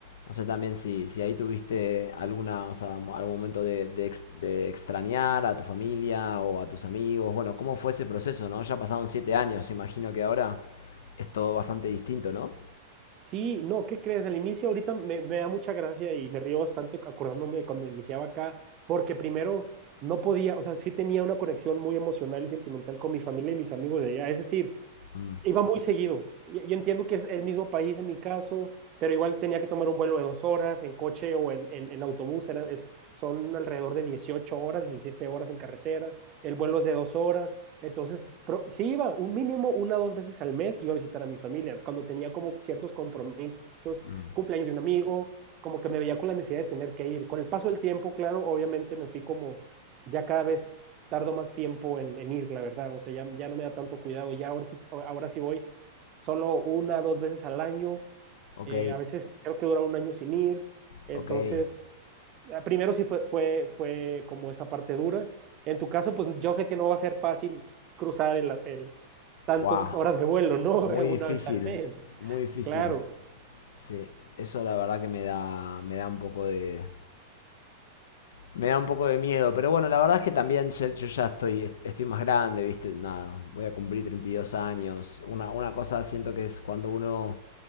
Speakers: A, on the left (about 60°); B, on the right (about 35°).
A: no sé también si, si ahí tuviste alguna, o sea, mo- algún momento de, de ex- de extrañar a tu familia o a tus amigos. Bueno, ¿cómo fue ese proceso, no? Ya pasaron siete años, imagino que ahora es todo bastante distinto, ¿no?
B: Sí, no, ¿qué crees? Al inicio ahorita me, me da mucha gracia y me río bastante acordándome de cuando iniciaba acá, porque primero no podía, o sea, sí tenía una conexión muy emocional y sentimental con mi familia y mis amigos de allá. Es decir,
A: Mm,
B: Iba muy seguido. Yo yo entiendo que es el mismo país en mi caso, pero igual tenía que tomar un vuelo de dos horas en coche o en, en- en autobús. era- es- son alrededor de 18 horas, 17 horas en carretera. El vuelo es de dos horas. Entonces, pro- sí iba un mínimo una o dos veces al mes, iba a visitar a mi familia. Cuando tenía como ciertos compromisos,
A: mm.
B: cumpleaños de un amigo, como que me veía con la necesidad de tener que ir. Con el paso del tiempo, claro, obviamente me fui como ya cada vez tardo más tiempo en, en ir, la verdad. O sea, ya, ya no me da tanto cuidado. Ya ahora sí, ahora sí voy solo una, dos veces al año.
A: Ok,
B: Eh, a veces creo que dura un año sin ir. Entonces,
A: ok.
B: ah, primero sí fue, fue, fue como esa parte dura. En tu caso, pues yo sé que no va a ser fácil cruzar el, el tantas
A: Wow.
B: horas de vuelo, ¿no?
A: Muy
B: <laughs> Una
A: difícil,
B: vez al mes,
A: muy difícil.
B: claro.
A: Sí, eso la verdad que me da, me da un poco de, Me da un poco de miedo, pero bueno, la verdad es que también ya- yo ya estoy, estoy más grande, ¿viste? Nada, voy a cumplir 32 años. Una, una cosa siento que es cuando uno